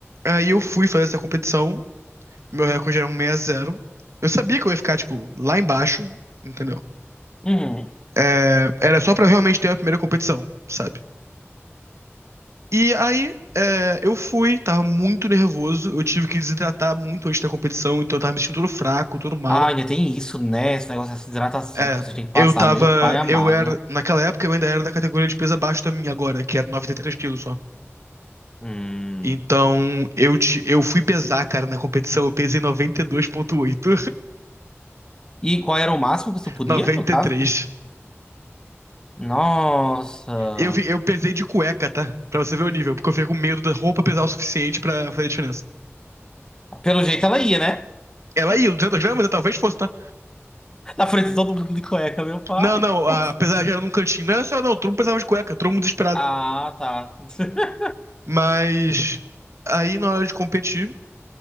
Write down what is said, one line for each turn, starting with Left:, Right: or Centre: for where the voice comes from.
Right: aí eu fui fazer essa competição, meu recorde era um seis a zero. Eu sabia que eu ia ficar, tipo, lá embaixo, entendeu?
Left: Uhum.
Right: É, era só pra realmente ter a primeira competição, sabe? E aí, é, eu fui, tava muito nervoso, eu tive que desidratar muito antes da competição, então eu tava me sentindo todo fraco, todo mal.
Left: Ah, ainda tem isso, né? Esse negócio dessa hidratação
Right: É,
Left: que vocês têm que
Right: eu
Left: passar,
Right: tava,
Left: meu pai amado.
Right: eu era, naquela época eu ainda era da categoria de peso abaixo da minha agora, que era 93 quilos só.
Left: Hum.
Right: Então, eu, te, eu fui pesar, cara, na competição, eu pesei 92,8,
Left: E qual era o máximo que tu podia,
Right: 93.
Left: no caso?
Right: <laughs>
Left: Nossa.
Right: Eu, vi- eu pesei de cueca, tá? Pra você ver o nível, porque eu fiquei com medo da roupa pesar o suficiente pra fazer diferença.
Left: Pelo jeito ela ia, né?
Right: Ela ia, 200 gramas, eu talvez fosse, tá?
Left: <laughs> Na frente de todo mundo de cueca, meu pai.
Right: Não, não,
Left: <laughs>
Right: a-
Left: Nossa.
Right: apesar de era num cantinho. Não era só, não, todo mundo precisava de cueca, todo mundo desesperado.
Left: Ah, tá. <laughs>
Right: Mas aí na hora de competir,